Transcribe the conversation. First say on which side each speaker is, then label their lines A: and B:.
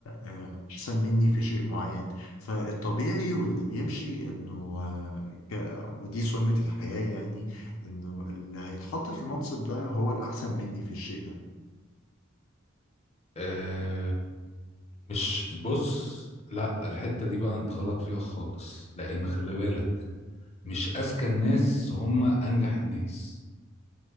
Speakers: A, on the left; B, on the left.
A: آه، احسن مني في شيء معين فالطبيعي واللي بيمشي انه آه، ك- ودي سنة الحياة يعني انه اللي هيتحط في المنصب ده هو الاحسن مني في الشيء ده
B: آه، مش بص لا الحتة دي بقى انت غلط فيها خالص لان خلي بالك مش اذكى الناس هم انجح الناس